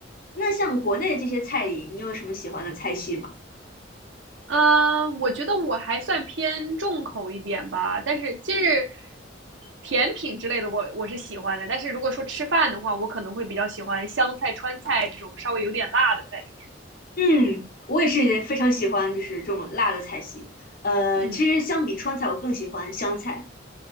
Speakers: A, on the left; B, on the right.
A: 那像国内的这些菜里，你有什么喜欢的菜系吗？
B: 呃，我觉得我还算偏重口一点吧，但是就是甜品之类的我，我是喜欢的。但是如果说吃饭的话，我可能会比较喜欢湘菜、川菜这种稍微有点辣的在里面的。
A: 嗯，我也是非常喜欢，就是这种辣的菜系。呃，
B: 嗯，
A: 其实相比川菜，我更喜欢湘菜。